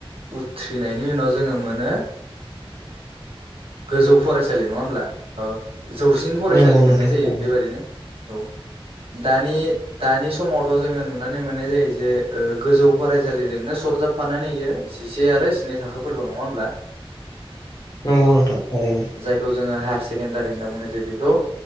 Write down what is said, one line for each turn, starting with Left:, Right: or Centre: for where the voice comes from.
Right: उथ्रिनायनि उनाव जोङो मोनो गोजौ फरायसालि नङा होमब्ला ओ जौसिन फरायसालि
Left: नंगौ
Right: मोननाय
Left: नोंथां
Right: जायो
Left: थारैनो
Right: बेबादिनो औ दानि दानि समावथ' जोङो नुनानै मोननाय जायो जे गोजौ फरायसालिजोंनो सरजाबफानानै बेयो इसेसे आरो एनै थाखोफोरखौ नङा होनोमब्ला
Left: <inaudible> नंगौ नोंथां थारैनो
Right: जायखौ जोङो हायार सेकेनडारि होनना बुंनाय जायो बेखौ